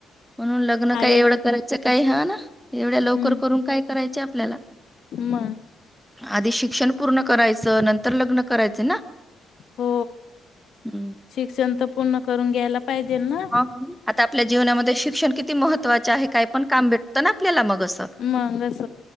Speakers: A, in the centre; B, on the left.
A: म्हणून लग्न काय
B: आई
A: एवढं
B: व
A: करायचं काय हा <inaudible> एवढ्या लवकर
B: हम्म
A: करून काय करायचे आपल्याला
B: मग
A: आधी शिक क्षण पूर्ण कयचं नं तर लग्न करायचे ना?
B: हो
A: हं.
B: शिक्षण तर पूर्ण करून ग्याला पाहिजेल ना?
A: मग आता आपल्या जीवनामध्ये शिक्षण किती महत्त्वाचे आहे काय पण काम भेटतं ना आपल्याला मग असं.
B: मग अस